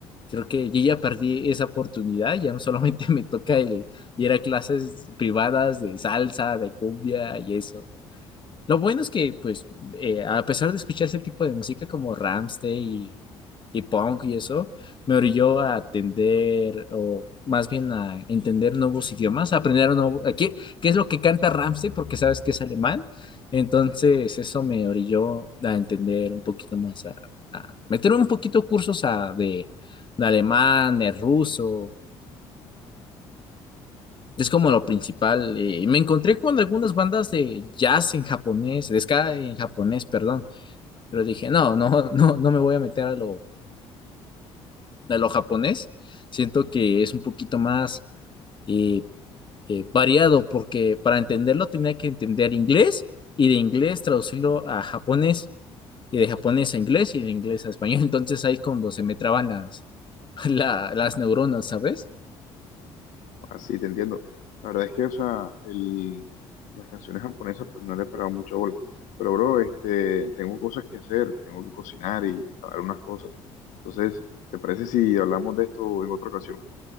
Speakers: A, on the left; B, on the left.
A: creo que yo ya perdí esa oportunidad, ya no solamente <laughs> me toca el ir a clases privadas de salsa, de cumbia y eso. Lo bueno es que, pues, eh, a pesar de escuchar ese tipo de música como Rammstein y, y punk y eso, me orilló a atender, o más bien a entender nuevos idiomas, a aprender un nuevo, a qué, qué es lo que canta Rammstein, porque sabes que es alemán. Entonces, eso me orilló a entender un poquito más, a, a meter un poquito cursos a, de, de alemán, de ruso, es como lo principal. eh, me encontré con algunas bandas de jazz en japonés, de ska en japonés, perdón, pero dije, no, no, <laughs> no, no me voy a meter a lo, a lo japonés. Siento que es un poquito más eh, eh, variado porque para entenderlo tenía que entender inglés y de inglés traducirlo a japonés y de japonés a inglés y de inglés a español. <laughs> Entonces ahí es cuando se me traban las, <laughs> la- las neuronas, ¿sabes?
B: así, te entiendo. La verdad es que, o sea, el, las canciones japonesas, pues no le he pegado mucho bola. Pero, bro, este, tengo cosas que hacer, tengo que cocinar y lavar unas cosas. Entonces, ¿te parece si hablamos de esto en otra ocasión?